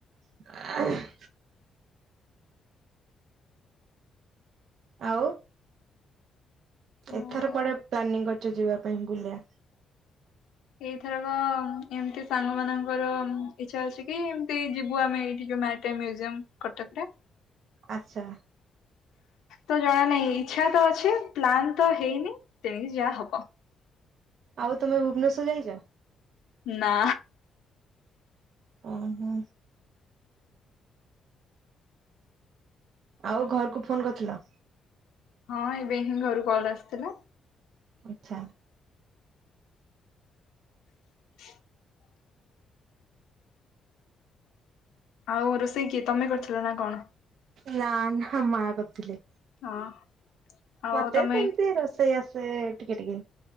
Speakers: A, on the right; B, on the left.
A: <inaudible> ଆଉ।
B: ହଁ।
A: ଏଥର କୁଆଡ଼େ ପ୍ଲାନିଂ କରିଛ ଯିବା ପାଇଁ ବୁଲିବା।
B: ଏଇଥରକ ଏମିତି ସାଙ୍ଗ ମାନଙ୍କର ଇଚ୍ଛା ଅଛି କି ଏମତି ଯିବୁ ଆମେ ଏଇଠି ଯୋଉ ମ୍ୟ ମ୍ୟୁଜିୟମ୍ କଟକ ରେ।
A: ଆଚ୍ଛା।
B: ତ ଜଣା ନାଇଁ ଇଚ୍ଛା ତ ଅଛି ପ୍ଲାନ ତ ହେଇନି ତେଣିକି ଯାହା ହବ।
A: ଆଉ ତମେ ଭୁବନେଶ୍ଵର ଯାଇଚ।
B: ନା।
A: ଓହୋଃ। ଆଉ ଘରକୁ ଫୋନ କରିଥିଲ।
B: ହଁ ଏବେ ହିଁ ଘରୁ କଲ୍ ଆସିଥିଲା।
A: ଆଚ୍ଛା।
B: <inaudible> ଆଉ ରୋଷେଇ କିଏ ତମେ କରିଥିଲ ନା କଣ।
A: ନା ନା ମା କରିଥିଲେ।
B: ହଁ। ଆଉ
A: ମତେ
B: ତମେ
A: ସେମିତି ରୋଷେଇ ଆସେ ଟିକେ ଟିକେ।